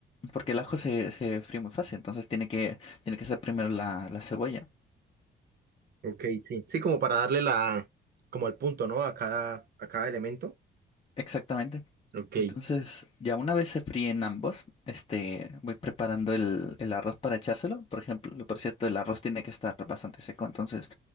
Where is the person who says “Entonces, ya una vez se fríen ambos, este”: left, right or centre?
Left